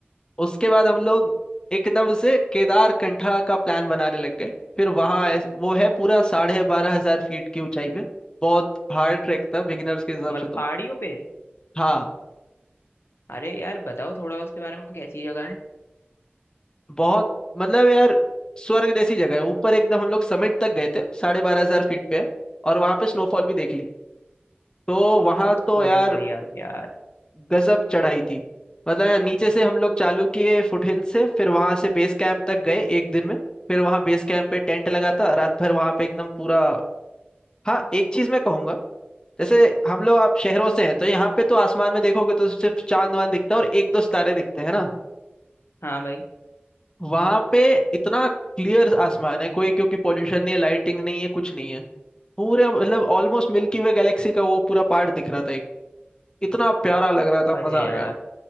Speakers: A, on the left; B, on the left.
A: उसके बाद हम लोग एकदम से केदार कंठा का प्लान बनाने लग गए फिर वहां ऐस- वो है पूरा साढ़े बारह हजार फीट की ऊंचाई पे बहुत हार्ड ट्रैक था बिगिनर्स के हिसाब
B: मतलब
A: से तो
B: पहाड़ियों पे
A: हाँ
B: अरे यार बताओ थोड़ा उसके बारे में कैसी जगह है
A: बहुत मतलब यार स्वर्ग जैसी जगह है ऊपर एकदम हम लोग समिट तक गए थे साढ़े बारह हजार फीट पे है, और वहां पे स्नोफॉल भी देख ली तो वहां तो
B: अरे
A: यार
B: बढ़िया यार
A: गजब चढ़ाई थी मतलब यार नीचे से हम लोग चालू किए फुटहिल से फिर वहां से बेस कैंप तक गए एक दिन में फिर वहां बेस कैंप पे टेंट लगा था रात भर वहां पे एकदम पूरा हाँ एक चीज मैं कहूंगा जैसे हम लोग आप शहरों से हैं तो यहाँ पे तो आसमान में देखोगे तो सिर्फ चांद वांद दिखता है और एक दो सितारे दिखते हैं ना
B: हाँ भाई
A: वहां पे इतना क्लियर आसमान है कोई क्योंकि पोल्यूशन नहीं है लाइटिंग नहीं है कुछ नहीं है पूरे मतलब ऑलमोस्ट मिल्की वे गैलेक्सी का वो पूरा पार्ट दिख रहा था एक इतना प्यारा लग रहा
B: अरे
A: था मजा
B: यार
A: आ गया